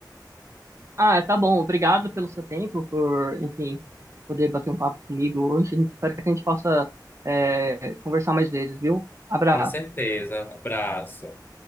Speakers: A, on the right; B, on the left.
A: Ah, tá bom. Obrigado pelo seu tempo, por, enfim, poder bater um papo comigo hoje. Espero que a gente possa, é, conversar mais vezes, viu? Abraço.
B: Com certeza. Abraço.